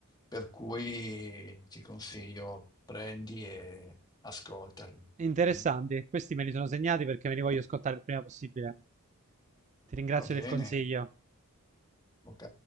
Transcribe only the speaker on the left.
Per cui ti consiglio, prendi e ascoltali.
Mm?
Va bene?
Ok.